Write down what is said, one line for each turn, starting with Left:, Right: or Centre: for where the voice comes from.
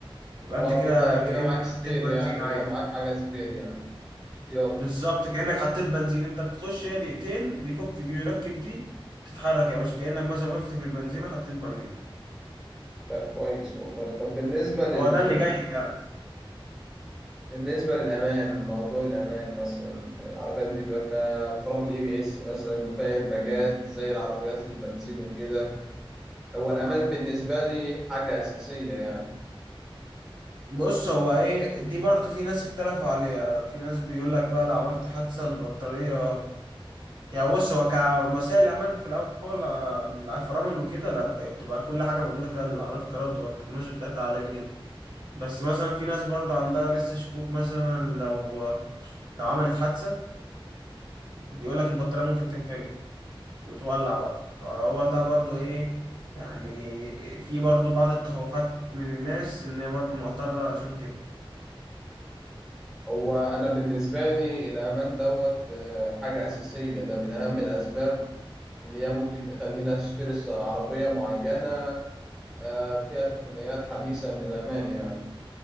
Right: يبقى
Centre: اه
Right: انت كده
Centre: بيبقى
Right: كأنك
Centre: بيبقى معاك سبير
Right: حطيت بنزين
Centre: يعني بيبقى
Right: عادي
Centre: معاك حاجة سبير يعني احتياطي
Right: بالظبط كأنك حطيت بنزين انت بتخش هي دقيقتين بيفك دي ويركب دي تتحرك يا باشا كأنك مثلا وقفت في البنزينة حطيت بنزين
Centre: لا كويس والله طب بالنسبة لل...
Right: هو ده اللي جاي يعني
Centre: بالنسبة للأمان موضوع الأمان مثلا العربيات دي بيبقى فيها فرامل اي بي اس مثلا بيبقى فيها ايرباجات زي العربيات البنزين وكده هو الأمان بالنسبة لي حاجة أساسية يعني
Right: بص هو ايه دي برضو في ناس اختلفوا عليها في ناس بيقول لك بقى لو عملت حادثة البطارية يعني بص هو كمسائل امان في الاول آه، الفرامل وكده لا هي بتبقى كل حاجة موجودة فيها العربيات الكهرباء بتبقى التكنولوجيا بتاعتها عالية جدا بس مثلا في ناس برضو عندها لسه شكوك مثلا لو لو عملت حادثة بيقول لك البطارية ممكن تنفجر وتولع بقى فهو ده برضو ايه يعني في برضو بعض التخوفات من الناس ان هي برضو معترضة عشان كده
Centre: هو أنا بالنسبة لي الأمان دوت آه، حاجة أساسية ده من أهم الأسباب اللي هي ممكن تخلينا نشتري عربية معينة آه، فيها تقنيات حديثة من الأمان يعني